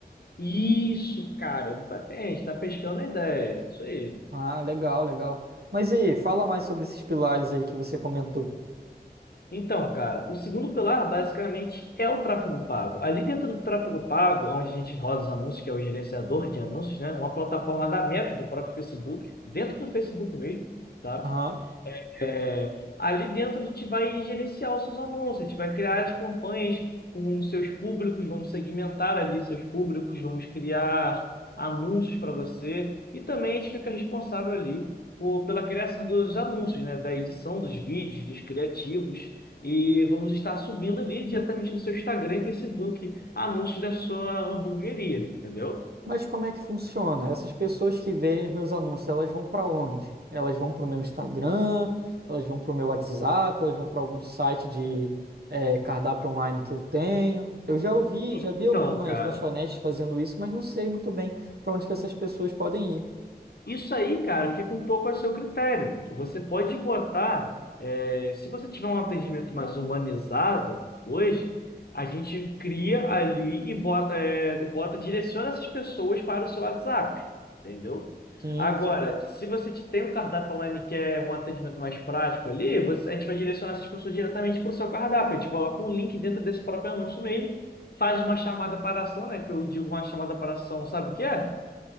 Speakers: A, on the left; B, on the right.
A: Isso, cara, exatamente, tá pescando a ideia, isso aí.
B: Ah, legal, legal. Mas e aí, fala mais sobre esses pilares aí que você comentou.
A: Então, cara, o segundo pilar basicamente é o tráfego pago. Ali dentro do tráfego pago, onde a gente roda os anúncios, que é o gerenciador de anúncios, né? Uma plataforma da Meta, do próprio Facebook, dentro do Facebook mesmo, tá?
B: Aham.
A: É, ali dentro a gente vai gerenciar os seus anúncios, a gente vai criar as campanhas com os seus públicos, vamos segmentar ali seus públicos, vamos criar anúncios para você e também a gente fica responsável ali por, pela criação dos anúncios, né, da edição dos vídeos, dos criativos e vamos estar subindo ali diretamente no seu Instagram e Facebook anúncios da sua hamburgueria, entendeu?
B: Mas como é que funciona? Essas pessoas que verem os meus anúncios, elas vão para onde? Elas vão para o meu Instagram, elas vão para o meu WhatsApp, elas vão para algum site de é, cardápio online que eu tenho. Eu já ouvi,
A: Então,
B: já vi algumas
A: cara.
B: lanchonetes fazendo isso, mas não sei muito bem para onde que essas pessoas podem ir.
A: Isso aí, cara, fica um pouco a seu critério. Você pode botar, é, se você tiver um atendimento mais humanizado hoje, a gente cria ali e bota, é, bota- direciona essas pessoas para o seu WhatsApp, entendeu?
B: Sim,
A: Agora,
B: sim.
A: se você te- tem um cardápio online que é um atendimento mais prático ali, você- a gente vai direcionar essas pessoas diretamente para o seu cardápio. A gente coloca um link dentro desse próprio anúncio mesmo, faz uma chamada para ação, né? Que eu digo uma chamada para ação, sabe o que é?